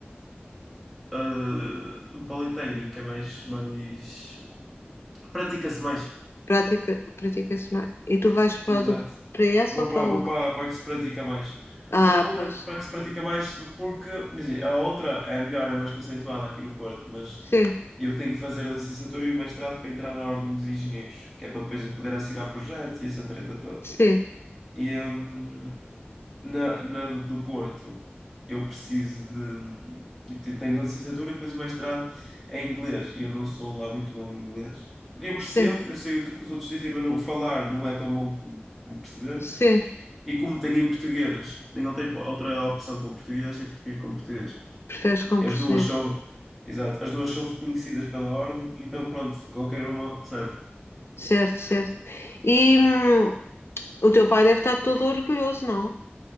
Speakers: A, in the centre; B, on the left (about 90°).
A: a, do Politécnico, que é mais, mais... Pratica-se mais.
B: Prática, pratica-se mais. E tu vais para,
A: Exato.
B: a do, para essa
A: Vou
B: ou para
A: para,
B: a outra?
A: vou para, para a que se pratica mais.
B: Ah,
A: Mas eu vou para,
B: pois.
A: para a que se pratica mais porque quer dizer, a outra é melhor, é mais conceitual aqui no Porto, mas
B: Sim,
A: eu tenho que fazer a licenciatura e o mestrado para entrar na Ordem dos Engenheiros, que é para depois eu poder assinar projetos e essa treta toda.
B: sim,
A: E hum, na, na do Porto eu preciso de. eu te- Tenho a licenciatura e depois o mestrado é em inglês. E eu não sou lá muito bom em inglês. Eu
B: sim,
A: percebo, eu sei o que é que os outros dizem, mas não, falar não é tão bom como, como perceber.
B: sim.
A: E como tenho em português, tenho outra, outra opção com português e prefiro com português.
B: preferes como
A: E
B: português.
A: as duas são, exato, as duas são reconhecidas pela ordem, então pronto, qualquer uma serve.
B: Certo, certo. E hum, o teu pai deve estar todo orgulhoso, não?